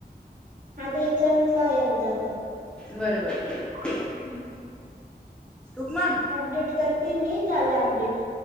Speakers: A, on the right; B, in the centre.
A: आता याच्यावरच लाव एकदा आता
B: बर बर
A: <unintelligible>
B: का मग
A: अपडेट करते मी झाल अपडेट